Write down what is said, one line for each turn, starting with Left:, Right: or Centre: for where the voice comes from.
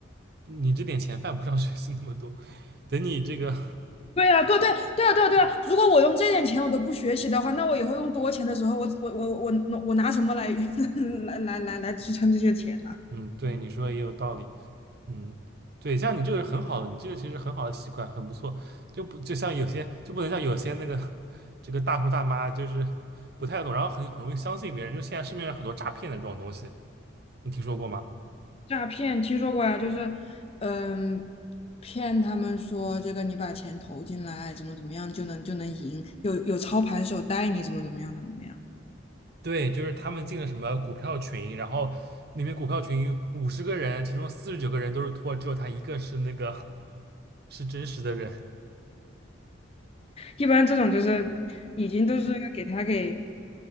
Right: 你这点钱犯不上 <laughs> 学习那么多。等你这个，
Left: 对呀，对对对啊，对啊，对啊！如果我用这点钱我都不学习的话，那我以后用多钱的时候，我我我我我拿什么来 <laughs> 来来来来支撑这些钱呢、
Right: <laughs> 嗯，对，你说的也有道理，嗯，对，像你这个是很好的，你这个其实很好的习惯，很不错。就不就像有些就不能像有些那个 <laughs> 这个大叔大妈就是不太懂，然后很很容易相信别人。就现在市面上很多诈骗的这种东西，你听说过吗？
Left: 诈骗听说过呀，就是嗯，骗他们说这个你把钱投进来，怎么怎么样就能就能赢，有有操盘手带你怎么怎么样怎么怎么样。
Right: 对，就是他们进了什么股票群，然后里面股票群五十个人，其中四十九个人都是托，只有他一个是那个是真实的人
Left: 一般这种就是已经都是给他给，